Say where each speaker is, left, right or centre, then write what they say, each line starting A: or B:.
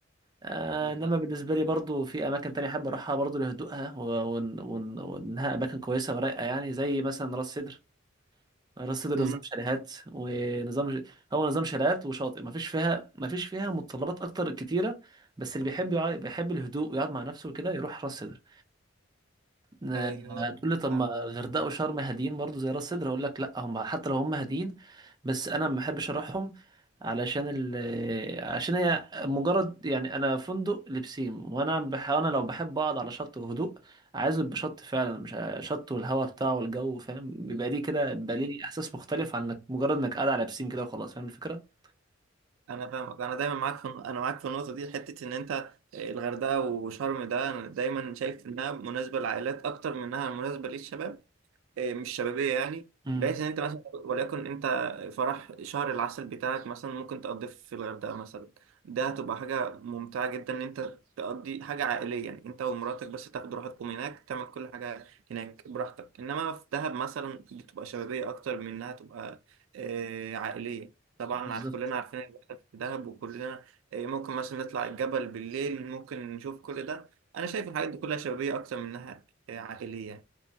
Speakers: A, on the right; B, on the right.
A: آه،
B: بالظبط
A: إنما بالنسبة لي برضو في أماكن تانية أحب أروحها برضو لهدوءها و- وإن- وإن- وإنها أماكن كويسة ورايقة يعني زي مثلا راس سدر راس سدر
B: مم.
A: نظام شاليهات ونظام هو نظام شاليهات وشاطئ ما فيش فيها ما فيش فيها متطلبات اكتر كتيره بس اللي بيحب يع... بيحب الهدوء ويقعد مع نفسه وكده يروح راس سدر آه،
B: ايوه
A: هتقول لي طب
B: فاهم
A: ما الغردقه وشرم هاديين برضو زي راس سدر هقول لك لا هم حتى لو هم هاديين بس انا ما بحبش اروحهم علشان ال آه، عشان هي مجرد يعني انا فندق لبسين وانا بح... انا لو بحب اقعد على شط وهدوء عايز يبقى شط فعلا مش ع- شط والهواء بتاعه والجو فاهم بيبقى ليه كده بيبقى ليه احساس مختلف عن انك مجرد انك قاعد على بسين كده وخلاص فاهم الفكره؟
B: انا فاهمك انا دايما معاك في انا معاك في النقطه دي حته ان انت آه، الغردقه وشرم ده انا دايما شايف انها مناسبه للعائلات اكتر من انها مناسبه للشباب إيه، مش شبابية يعني
A: امم
B: بحيث ان انت مثلا وليكن انت فرح شهر العسل بتاعك مثلا ممكن تقضيه في الغردقة مثلا ده هتبقى حاجة ممتعة جدا ان انت تقضي حاجة عائلية يعني انت ومراتك بس تاخدوا راحتكم هناك تعمل كل حاجة هناك براحتك انما في دهب مثلا دي بتبقى شبابية اكتر من انها تبقى آه، عائلية طبعا
A: بالظبط
B: عارف- كلنا عارفين اللي بيحصل في دهب وكلنا آه، ممكن مثلا نطلع الجبل بالليل ممكن نشوف كل ده انا شايف الحاجات دي كلها شبابية اكتر من انها آه، عائلية